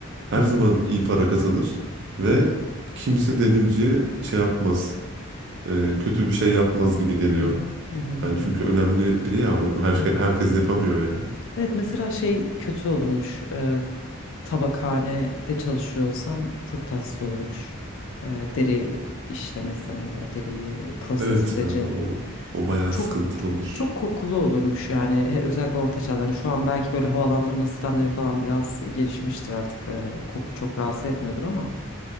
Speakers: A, on the right (about 55°); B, on the left (about 60°).
A: Her
B: Evet,
A: zaman iyi para kazanır ve
B: evet.
A: kimse demirciye şey yapmaz. e, kötü bir şey yapmaz gibi geliyor.
B: Hı. Hı hı hı.
A: Yani
B: hı.
A: çünkü önemli biri ya her
B: Evet.
A: şey, herkes yapamıyor yani.
B: Evet, mesela şey kötü olurmuş. E, tabakhanede çalışıyorsan çok tatsız olurmuş. E, deri işlemesi hani o deriyi proses
A: Evet
B: süreci
A: ya o o bayağı
B: Çok
A: sıkıntılı olur.
B: çok kokulu olurmuş yani He- özellikle orta çağda. Hani şu an belki böyle havalandırma sistemleri falan biraz gelişmiştir artık. Ee, koku çok rahatsız etmiyordur ama